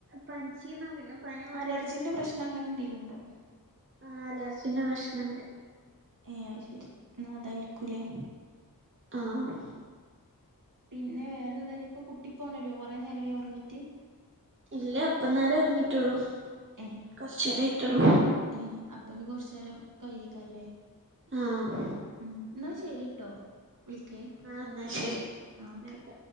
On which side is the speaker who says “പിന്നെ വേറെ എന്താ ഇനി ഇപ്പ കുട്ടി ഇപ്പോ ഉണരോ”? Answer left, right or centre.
Right